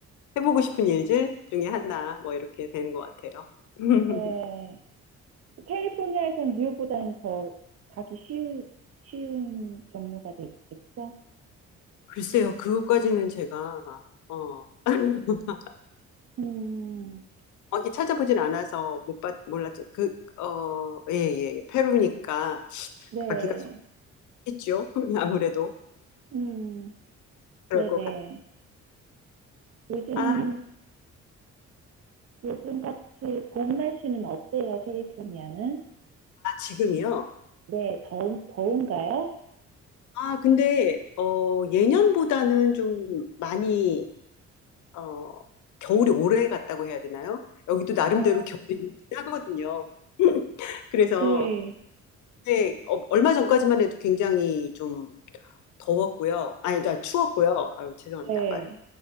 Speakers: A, on the left; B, on the right.
A: 해보고 싶은 일들 중에 하나 뭐 이렇게 되는 것 같아요. <laughs>
B: 네. 캘리포니아에선 뉴욕보다는 더 가기 쉬운, 쉬운 경로가 되겠죠?
A: 글쎄요, 그것까지는 제가 어 <laughs>
B: 음,
A: 어디 찾아보진 않아서 못 봤, 몰랐죠. 그, 어, 예, 예, 예. 페루니까
B: 네.
A: 가기가 쉽겠죠. <laughs> 아무래도
B: 음.
A: 그럴
B: 네네.
A: 것 같아요.
B: 요즘,
A: 아,
B: 요즘 같이 봄 날씨는 어때요, 캘리포니아는?
A: 지금이요?
B: 네, 더운, 더운가요?
A: 아, 근데, 어, 예년보다는 좀 많이 어, 겨울이 오래 갔다고 해야 되나요? 여기도 나름대로
B: 어,
A: 겨울이 짜거든요. <laughs> 그래서
B: 네,
A: 근데 어, 얼마 전까지만 해도 굉장히 좀 더웠고요. 아니, 나 추웠고요. 아유, 죄송합니다.
B: 네.
A: 말-